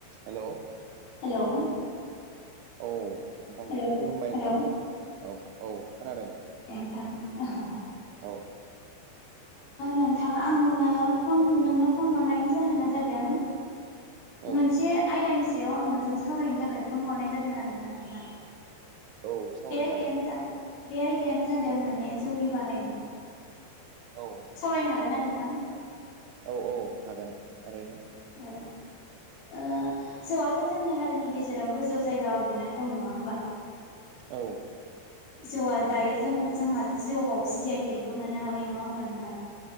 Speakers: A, on the right; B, on the left.
A: हेल'
B: hello
A: औ नोंथां
B: hello
A: खुलुमबाय
B: हेलौ
A: नोंथां औ औ खोनादों
B: <unintelligible>
A: औ
B: नोंथाङा आङनो फन नोंनो फन हरनायनि जाहोना जादों
A: औ
B: मोनसे आयदानि सायाव आं नोंजों सावरायनो थाखाय फन हरनाय जादों आरोना नोंथां
A: औ सावरायजागोन
B: बे आयदायानो बे आयदायानो जादों माने जौनि बाहायनाय
A: औ
B: सावरायनो हागोन ना नोंथां?
A: औ औ हागोन थारैनो
B: औ ओ जौआथ' जोंनि हारिनि गेजेराव गोजौ जायगा आवग्रिनानै दं नङा होमबा?
A: औ
B: जौआ
A: नंगौ
B: दायो जों जोंहा जौआव जि आइ टेकबो मोननो हाबाय नङा होमबा नोंथां